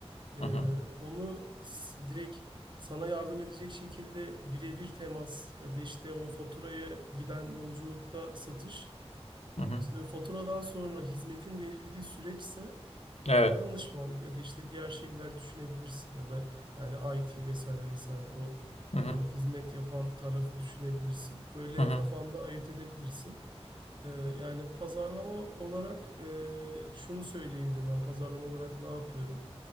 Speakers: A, on the right (about 45°); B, on the left (about 75°).
A: E,
B: Hı hı.
A: onu s- direkt sana yardım edecek şekilde birebir temas ya da işte o faturaya giden yolculukta satış.
B: Hı hı.
A: E, Faturadan sonra hizmetin verildiği süreçse
B: Evet.
A: danışman ya da işte diğer şeyler düşünebilirsin ya da yani IT vesaire vesaire o
B: Hı hı.
A: e, hizmet yapan tarafı düşünebilirsin. Böyle
B: Hı hı.
A: kafanda ayırt edebilirsin. E, yani pazarlama olarak e, şunu söyleyebilirim ben pazarlama olarak ne yapıyorum?